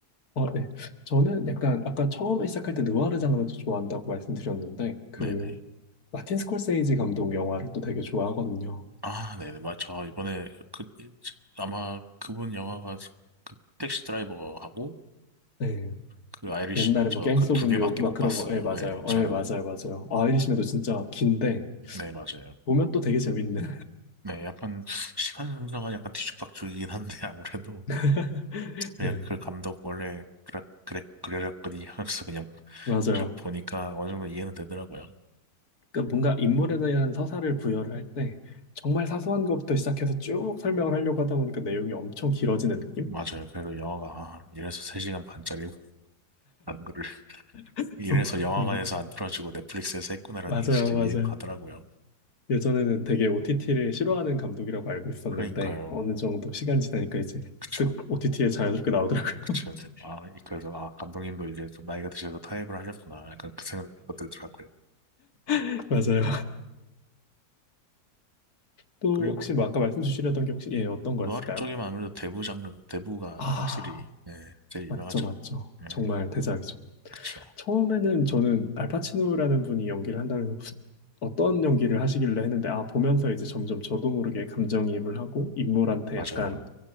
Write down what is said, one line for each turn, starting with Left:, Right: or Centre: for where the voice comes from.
Left: 아, 네. 저는 약간, 아까 처음에 시작할 때 느와르 장르도 좋아한다고 말씀드렸는데, 그,
Right: 네네.
Left: 마틴 스콜세이지 감독 영화를 또 되게 좋아하거든요.
Right: 아, 네네. 맞죠. 이번에 그, 아마 그분 영화가 그 택시 드라이버하고
Left: 네.
Right: 그 아이리시맨
Left: 옛날에
Right: 저
Left: 뭐, 갱스
Right: 그 두
Left: 오브
Right: 개밖에
Left: 뉴욕, 막
Right: 못
Left: 그런
Right: 봤어요.
Left: 거, 예, 맞아요.
Right: 예, 저는
Left: 예, 맞아요, 맞아요. 아이리시맨도 진짜 긴데,
Right: 네, 맞아요.
Left: 보면 또 되게 재밌는.
Right: 네, 약간 시간 순서가 약간 뒤죽박죽이긴 한데 <laughs> 아무래도
Left: <laughs>
Right: 그냥
Left: 네,
Right: 그 감독 원래 그래 그래 그래랬거든요 하면서 <laughs> 그냥
Left: 맞아요.
Right: 쭉 보니까 어느 정도 이해는 되더라고요.
Left: 그러니까 뭔가 인물에 대한 서사를 부여를 할 때 정말 사소한 것부터 시작해서 쭉 설명을 하려고 하다 보니까 내용이 엄청 길어지는 느낌?
Right: 맞아요.
Left: <laughs>
Right: 그래도 영화가 아, 이래서 3시간 반짜리라는 거를 <laughs>
Left: 그래서
Right: 이래서 영화관에서
Left: 어, 이-
Right: 안 틀어주고 넷플릭스에서 했구나라는
Left: 맞아요,
Right: 게 진짜
Left: 맞아요.
Right: 이해가 가더라고요.
Left: 예전에는 되게 OTT를 싫어하는 감독이라고 알고 있었는데
Right: 그러니까요.
Left: 어느 정도 시간 지나니까 이제
Right: 그쵸.
Left: 쓱 OTT에 자연스럽게 나오더라고요.
Right: 그쵸. 아, 그래서 아 감독님도 이제 좀 나이가 드셔서 타협을 하셨구나. 약간 그 생각도 들더라고요.
Left: <laughs> 맞아요. 또
Right: 그리고
Left: 혹시 뭐 아까 말씀 주시려던 게 혹시 예, 어떤
Right: 노하루
Left: 거였을까요?
Right: 쪽이면 아무래도 대부 장르, 대부가
Left: 아.
Right: 확실히, 예, 제일
Left: 맞죠,
Right: 유명하죠.
Left: 맞죠.
Right: 예,
Left: 정말 대작이죠.
Right: 그쵸.
Left: 처음에는 저는 알파치노라는 분이 연기를 한다고 해서 어떤 연기를 하시길래 했는데, 아, 보면서 이제 점점 저도 모르게 감정이입을 하고 인물한테
Right: 맞아요.
Left: 약간